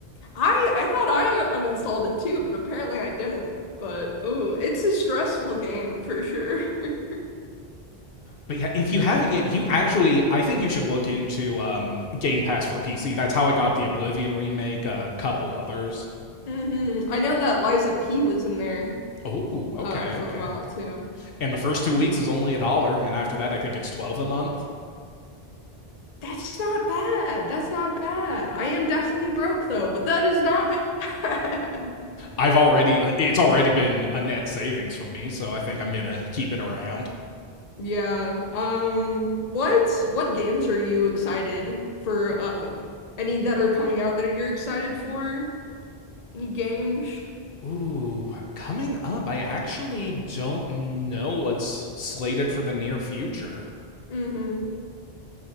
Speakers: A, on the left; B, on the left.
A: I I thought I uninstalled it too, but apparently I didn't. But oh, it's a stressful game for sure. <laughs>
B: But yeah, if you haven't yet, you actually, I think you should look into um, Game Pass for PC. That's how I got the Oblivion remake, uh, a couple others.
A: hmm I know that Liza P was in there
B: Oh,
A: uh
B: okay,
A: for
B: okay.
A: a while too.
B: and the first
A: Um
B: two weeks is only a dollar and after that i think it's 12 a month
A: that's not bad. That's not bad. I am definitely broke though, but that is not bad. <laughs>
B: i've already it's already been a net savings for me so i think i'm gonna keep it around
A: Yeah. Um what what games are you excited for um any that are coming out that you're excited for? Any games?
B: ooh coming up i actually don't know what's slated for the near future
A: hmm